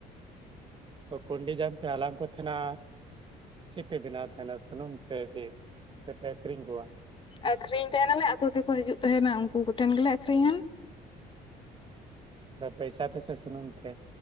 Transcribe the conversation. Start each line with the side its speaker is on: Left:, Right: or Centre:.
Right: ᱛᱚ ᱠᱩᱸᱰᱤ ᱡᱟᱝ ᱯᱮ ᱦᱟᱞᱟᱝ ᱠᱚ ᱛᱟᱦᱮᱱᱟ ᱪᱮᱫᱯᱮ ᱵᱮᱱᱟᱣ ᱛᱟᱦᱮᱱᱟ ᱥᱩᱱᱩᱢ ᱥᱮ ᱪᱮᱫ, ᱥᱮᱯᱮ ᱟᱹᱠᱷᱨᱤᱧ ᱠᱚᱣᱟ?
Left: ᱟᱠᱷᱨᱤᱧ ᱛᱟᱦᱮᱱᱟᱞᱮ ᱟᱛᱳ ᱛᱮᱠᱚ ᱦᱤᱡᱩᱜ ᱛᱟᱦᱮᱱᱟ ᱩᱱᱠᱩ ᱠᱚᱴᱷᱮᱱ ᱜᱮᱞᱮ ᱟᱠᱷᱨᱤᱧᱟ᱾
Right: ᱫᱟ ᱯᱚᱭᱥᱟ ᱛᱮᱥᱮ ᱥᱩᱱᱩᱢ ᱛᱮ?